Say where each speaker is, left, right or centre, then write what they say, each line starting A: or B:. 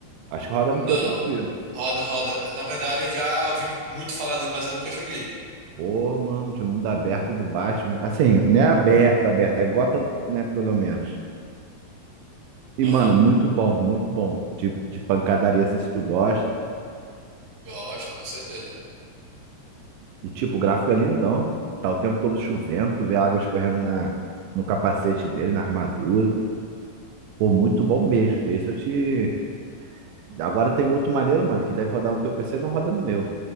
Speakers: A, on the right; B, on the right.
A: Acho que roda
B: Não.
A: no teu tranquilo.
B: Roda, roda. Na verdade, eu já ouvi muito falar dele, mas eu nunca joguei.
A: Pô, mano, de mundo aberto do Batman. Assim, não é aberto, aberto. É Gotham, né, pelo menos. E,
B: Aham.
A: mano, muito bom, muito bom. De, de pancadaria, assim, se tu gosta.
B: Gosto, com certeza.
A: E, tipo, o gráfico é lindão. Tá o tempo todo chovendo. Tu vê a água escorrendo na, no capacete dele, na armadura. Pô, muito bom mesmo. Esse eu te... Agora tem um outro maneiro, mano, que deve rodar no teu PC, não roda no meu.